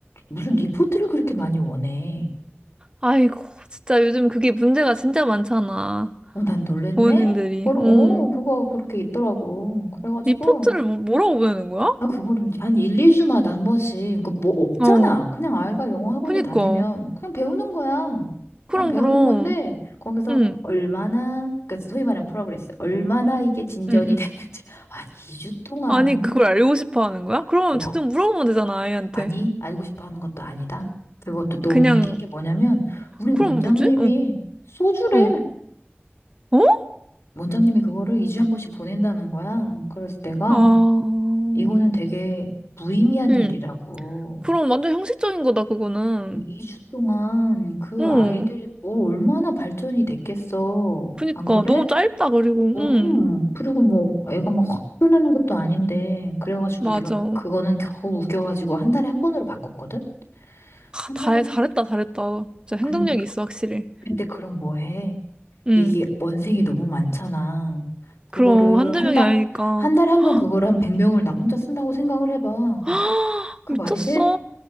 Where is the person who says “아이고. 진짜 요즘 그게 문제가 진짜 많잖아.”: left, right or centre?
Right